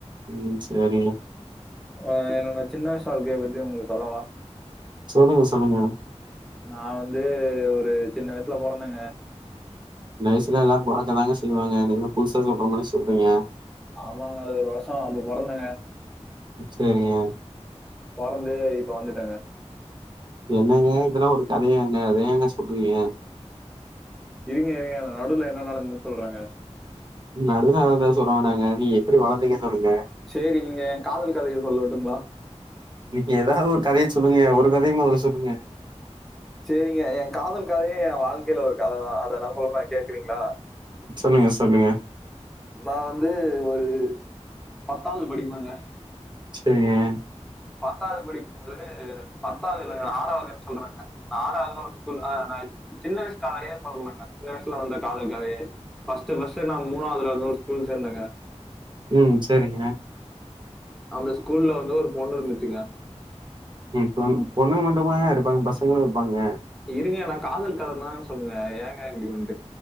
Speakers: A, on the right; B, in the centre.
A: ம் சேரிங்க
B: ஆ என்னோட சின்ன வயசு வாழ்கையை பத்தி உங்களுக்கு சொல்லவா
A: சொல்லுங்க சொல்லுங்க
B: நான் வந்து ஒரு சின்ன வயசுல போறந்தேங்க
A: இந்த வயசுல எல்லாரும் பொறக்க தாங்க செய்வாங்க நீ புதுசா சொல்றோ மாரி சொல்றீங்க
B: ஆமாங்க அது ஒரு வருஷம் அப்ப பொறந்தங்க
A: சேரிங்க
B: பொறந்து இப்ப வந்துட்டாங்க
A: என்னங்க இதெல்லாம் ஒரு கதைய ஏங்க அதை ஏங்க சொல்றீங்க
B: இருங்க இருங்க நடுல என்ன நடந்துன்னு சொல்றேங்க
A: நடுல நடந்த த சொல்லுவோன்ங்க நீ எப்படி வளர்ந்தீங்கன்னு சொல்லுங்க
B: செரி நீங்க என் காதல் கதையை சொல்லட்டுங்களா
A: நீங்க ஏதாவது ஒரு கதைய சொல்லுங்க ஒரு கதைய முதல்ல சொல்லுங்க
B: சேரிங்க என் காதல் கதையும் என் வாழ்க்கையில ஒரு கதை தான் அத நான் சொல்றேன் கேக்குறீங்களா
A: சொல்லுங்க சொல்லுங்க
B: நான் வந்து ஒரு பத்தாவது படிப்பேங்க
A: சேரிங்க
B: பத்தாவது படிக்கும் போது பத்தாவதுல்ல ஆறாவதுன்னு சொல்றேங்க நா ஆறாவது ஒரு ஸ்கூல் ஆ ந என் சின்ன வயசுல கதயே சொல்லாங்க சின்ன வயசுல வந்த காதல் கதையே ஃபஸ்ட் ஃபஸ்ட் நா மூாவது ஸ்கூல் சேர்ந்தங்க
A: ம் சேரிங்க
B: அந்த ஸ்கூல்ல வந்து ஒரு பொண்ணு இருந்துச்சுங்க
A: பொ பொண்ணுங்க மட்டுமா இருப்பாங்க பசங்களும் இருப்பாங்க
B: இருங்க நான் காதல் கத தான் சொல்லுங்க ஏங்க இப்டி வந்